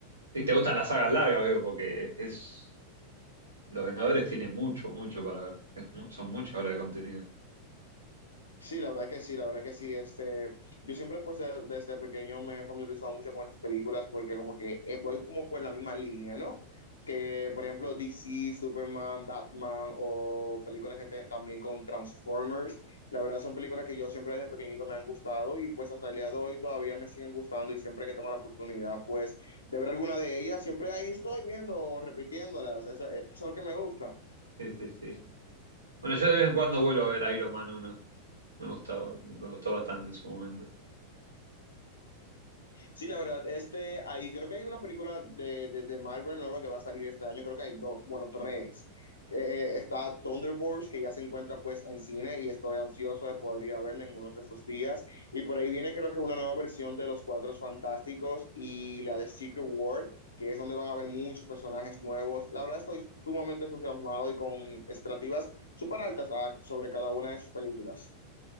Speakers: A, on the right (about 80°); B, on the left (about 75°).
A: Sí, te gustan las sagas largas, veo, porque es Los Vengadores tiene mucho, mucho para ver. Es mu- son muchas horas de contenido.
B: Sí, la verdad que sí, la verdad que sí. Este, yo siempre pues de- desde pequeño me he familiarizado mucho con esas películas porque como que eh, voy como por la misma línea, ¿no? Que por ejemplo DC, Superman, Batman o películas que te- también con Transformers, la verdad son películas que yo siempre desde pequeñito me han gustado y pues hasta el día de hoy todavía me siguen gustando y siempre que tengo la oportunidad pues de ver alguna de ellas, siempre ahí estoy viendo, repitiéndolas, eso, eh, eso es lo que me gusta.
A: Sí, sí, sí. Bueno, yo de vez en cuando vuelvo a ver Iron Man uno Me gustaba, me gustó bastante en su momento.
B: Sí, la verdad, este, ahí creo que hay una película de, de, de Marvel nueva que va a salir este año, creo que hay dos, bueno, tres. Eh, está Thunderbolts, que ya se encuentra pues en cine y estoy ansioso de poder ir a verla en unos de estos días. Y por ahí viene creo que una nueva versión de Los Cuatro Fantásticos y la de Secret War, que es donde van a haber muchos personajes nuevos. La verdad estoy sumamente entusiasmado y con expectativas súper altas a- sobre cada una de sus películas.